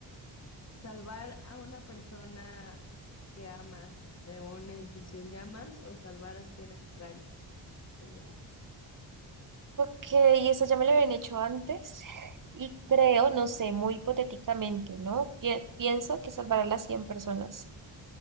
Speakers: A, on the left; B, on the right.
A: ¿Salvar a una persona que amas de un edificio en llamas o salvar a 100 extraños? Está ya.
B: Ok, eso ya me lo habían hecho antes <laughs> y creo, no sé, muy hipotéticamente, ¿no? Pie- pienso que salvar a las 100 personas.